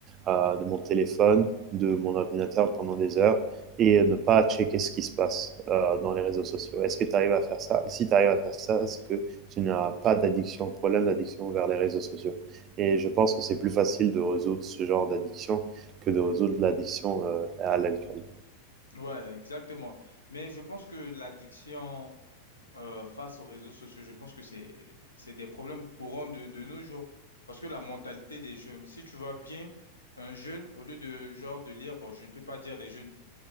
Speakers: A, on the right; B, on the left.
A: euh, de mon téléphone, de mon ordinateur pendant des heures et ne pas checker ce qui se passe euh, dans les réseaux sociaux. Est-ce que tu arrives à faire ça Et si tu arrives à faire ça, c'est que tu n'as pas d'addiction, problème d'addiction vers les réseaux sociaux. Et je pense que c'est plus facile de résoudre ce genre d'addiction que de résoudre l'addiction euh, à l'alcool.
B: Ouais, exactement. Mais je pense que l'addiction euh, face aux réseaux sociaux, je pense que c'est c'est des problèmes courants de, de nos jours. Parce que la mentalité des jeunes, si tu vois bien, un jeune, au lieu de genre de lire, bon, je ne peux pas dire les jeunes